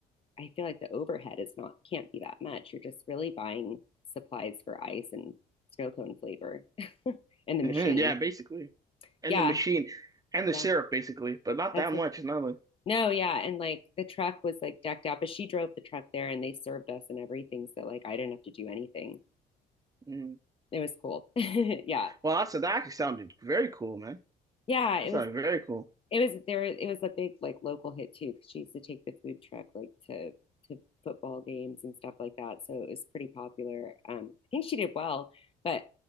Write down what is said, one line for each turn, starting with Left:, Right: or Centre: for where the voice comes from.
Left: I feel like the overhead is not, can't be that much. You're just really buying supplies for ice and snow cone flavor <laughs> and the
Right: hmm
Left: machine.
Right: yeah, basically. And
Left: Yeah,
Right: the machine and
Left: yeah,
Right: the syrup, basically, but not
Left: that's
Right: that
Left: it.
Right: much. It's not like,
Left: No, yeah, and like the truck was like decked out, but she drove the truck there and they served us and everything. So like I didn't have to do anything.
Right: mm.
Left: It was cool. <laughs> yeah.
Right: Well, that's that actually sounded very cool, man.
Left: Yeah, it
Right: That sounded
Left: was
Right: very cool.
Left: it was there. It was a big like local hit too because she used to take the food truck like to to football games and stuff like that. So it was pretty popular. Um, I think she did well, but